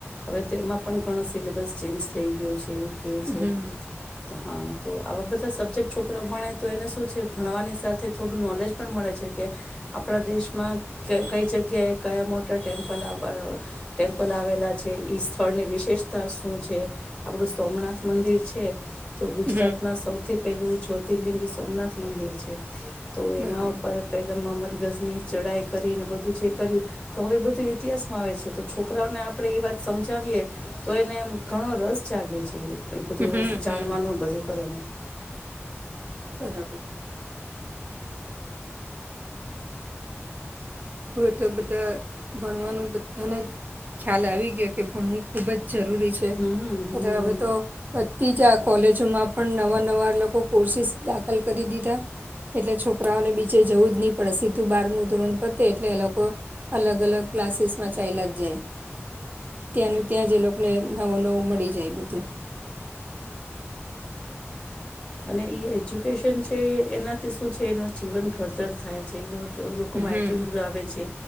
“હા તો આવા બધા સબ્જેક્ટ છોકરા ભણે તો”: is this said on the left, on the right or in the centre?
Left